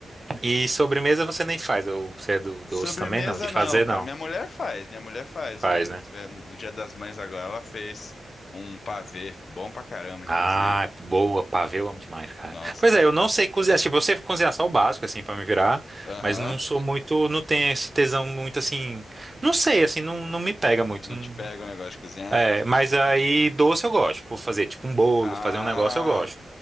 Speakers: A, on the right (about 25°); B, on the left (about 60°).
A: E sobremesa você nem faz, ou você é do doce
B: Sobremesa
A: também? Não, de fazer
B: não, cara.
A: não.
B: Minha mulher faz. Minha mulher faz
A: Faz,
B: um,
A: né?
B: é, um Dia das Mães agora. Ela fez um pavê, bom pra caramba, inclusive.
A: Ah, boa, pavê, eu amo demais, cara.
B: Nossa,
A: Pois
B: pá,
A: é,
B: velho.
A: eu não sei cozinhar, tipo, eu sei cozinhar só o básico, assim, pra me virar,
B: Aham.
A: mas não sou muito, não tenho esse tesão muito, assim, não sei, assim, não, não me pega muito.
B: Não
A: não-
B: te pega o negócio de cozinhar?
A: É, mas aí doce eu gosto, por fazer, tipo, um bolo,
B: Ah.
A: fazer um negócio eu gosto.